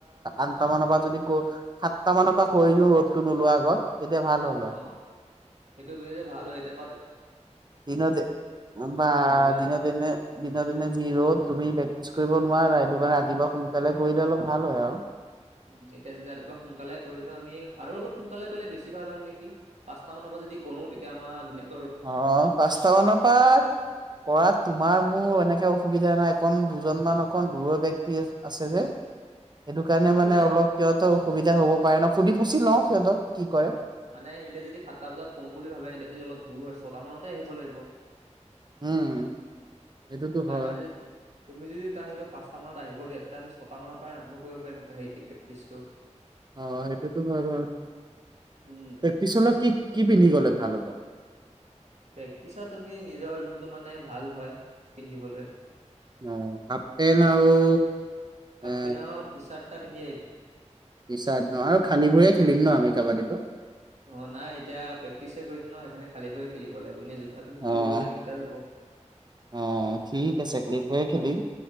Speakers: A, on the right; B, on the right.
A: আঠট মানৰ পৰা যদি। সাতটা মানৰ পৰা কৰিছো ৰ'দটো নোলোৱাৰ আগত তেতিয়া ভাল হ'ল হয়।
B: অ সেইটো বিয় যে ভাল হয় এতিয় বা।
A: দিনতে বা
B: ৰ'দত
A: দিন দিনে দিনে যি ৰ'দ তুমি প্ৰেক্টিচ কৰিব নোৱাৰা সেইটো কাৰণে ৰাতিপুৱা সোনকালে কৰিলে অলপ ভাল হয় আও।
B: উ এতিয়া যদি ৰাতিপুৱা সোনকালে কৰিলও আমি আৰু অলপ সোনকালে কৰিলে বেছি ভাল হয় নেকি পাঁচট মানৰ পা যদি কৰো তেতিয়া আমাৰ ধুনীয়া
A: অ পাঁচটা মানৰ পৰা কৰাত তোমাৰ মোৰ এনেকে অসুবিধা নাই। অকণ দুজনমান অকণ দূৰৰ ব্যক্তি আছে যে। সেইটো কাৰণে
B: একো
A: মানে
B: নাই
A: অলপ সিহঁতৰ অসুবিধা হ'ব পাৰে ন সুধি পুচি লও সিহঁতক কি কৰে।
B: মানে সিহঁতে যদি সাতটা বজাত কম বুলি ভাবে সিহতে যদি অলপ দূৰ হয় ছয়টা মানতে আহিব লাগিব?
A: উম সেইটোতো
B: তাৰ
A: হয়
B: কাৰণে তুমি যদি তাৰ সিক পাঁচটা মানত আহিব দিয়া এতিয়া আমি ছটা মানৰ পৰাই আৰম্ভ কৰিব পাৰিম হেই প্ৰেক্টিচটো?
A: অ সেইটোতো হয় বাৰুতে
B: উম,
A: পিছলৈত কি কি পিন্ধি গলে ভাল হ'ব।
B: প্ৰেক্টিচত তুমি নিজৰ যোনটো মানে ভাল হয় পিন্ধিবলৈ
A: অ হাফ পেন্ট আৰু
B: হাফ
A: এ
B: পেণ্ট আৰু টি চাৰ্ট এটা পিন্ধি আহিবি।
A: পিছা ন আৰু খালী ভৰিয়ে খেলিম ন আমি কাবাডীটো?
B: অ নাই এতিয়া প্ৰেক্টিচহে কৰিম ন সেইকাৰণে খালি ভয়ে খেলিব লাগিব এনে আপুনি
A: অ
B: খেলিব গলে দিগদাৰ হ'ব
A: অ ঠিক
B: উম,
A: আছে খালি ভৱিয়ে খেলিম